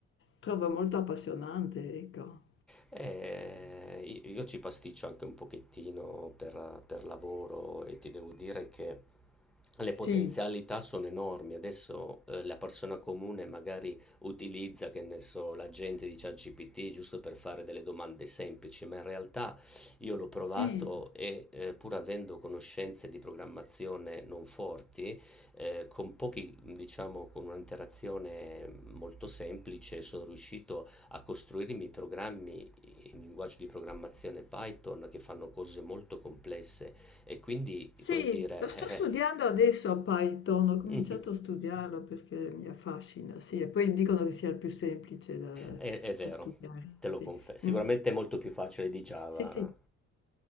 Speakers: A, on the left; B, in the centre.
A: trovo molto appassionante, ecco.
B: Eh, i- io ci pasticcio anche un pochettino per, per lavoro e ti devo dire che le potenzialità
A: Sì,
B: sono enormi. Adesso eh, la persona comune magari utilizza, che ne so, l'agente di ChatGPT giusto per fare delle domande semplici, ma in realtà io l'ho provato
A: sì,
B: e eh, pur avendo conoscenze di programmazione non forti, eh, con pochi, diciamo, con un'interazione molto semplice sono riuscito a costruire i miei programmi in linguaggio di programmazione Python che fanno cose molto complesse e quindi,
A: Sì,
B: come dire,
A: lo sto
B: eh,
A: studiando adesso a Python, ho cominciato
B: eh,
A: a studiarlo perché mi affascina, sì, e poi dicono che sia il più semplice da,
B: è, è vero,
A: da studiare,
B: te lo
A: sì.
B: confesso. Sicuramente
A: Mm,
B: è molto più facile di Java.
A: Sì, sì,